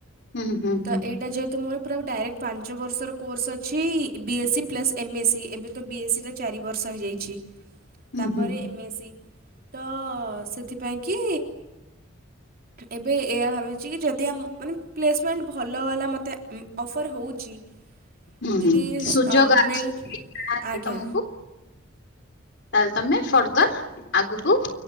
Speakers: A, on the left (about 60°); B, on the right (about 45°).
A: ହୁଁ ହୁଁ ହୁଁ
B: ତ ଏଇଟା ଯେ ତ ମୋର ପୁରା ଡାଇରେକ୍ଟ ପାଞ୍ଚ ବର୍ଷର କୋର୍ସ ଅଛି B S C plus MS C ଏବେ ତ ବି ଏସ୍ ସି ଟା ଚାରି ବର୍ଷ ହେଇଯାଇଚି
A: ହୁଁ
B: ତାପରେ
A: ହୁଁ
B: ଏମ୍ଏସି ତ ସେଥିପାଇଁ କି ଏବେ ଏହା ଭାବିଚି କି ଯଦ୍‌ ଦେଆ ମାନେ ପ୍ଲେସମେଣ୍ଟ୍ ଭଲ ବାଲା ମୋତେ ଅଫର୍ ହେଉଚି।
A: ହୁଁ
B: ଯଦି
A: ହୁଁ
B: ଅ
A: ସୁଯୋଗ
B: ସେଲ୍‌
A: ଆଧାରରେ
B: ଆଜ୍ଞା।
A: ତମକୁ ତାହେଲେ ତମେ ଫର୍ଦର ଆଗୁକୁ